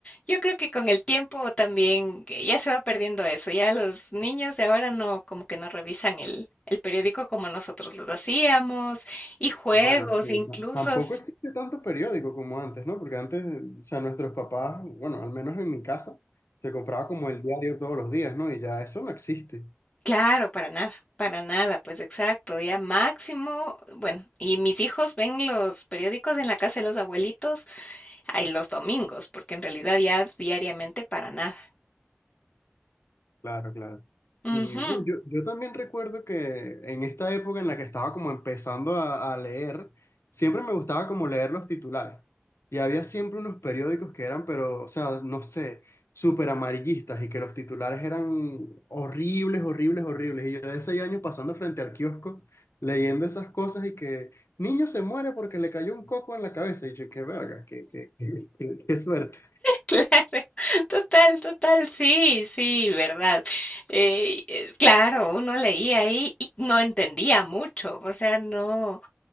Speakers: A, on the left; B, on the left.
A: yo creo que con el tiempo también eh, ya se va perdiendo eso. Ya los niños de ahora no, como que no revisan el, el periódico como nosotros los hacíamos, y juegos,
B: Bueno, sí,
A: incluso.
B: ta- tampoco existe tanto periódico como antes, ¿no? Porque antes, o sea, nuestros papás, bueno, al menos en mi casa, se compraba como el diario todos los días, ¿no? Y ya eso no existe.
A: Claro, para nada, para nada, pues exacto, ya máximo, bueno, y mis hijos ven los periódicos en la casa de los abuelitos, ay, los domingos, porque en realidad ya diariamente para nada.
B: Claro, claro.
A: Ujú.
B: Y bueno, yo, yo también recuerdo que en esta época en la que estaba como empezando a, a leer, siempre me gustaba como leer los titulares. Y había siempre unos periódicos que eran, pero, o sea, no sé, súper amarillistas y que los titulares eran horribles, horribles, horribles. Y yo de seis años pasando frente al kiosco, leyendo esas cosas y que niño se muere porque le cayó un coco en la cabeza. Y yo, qué verga, qué, qué, qué, qué- qué suerte.
A: Claro, <laughs> total, total, sí, sí, verdad. Eh, eh, claro, uno leía ahí y no entendía mucho, o sea, no,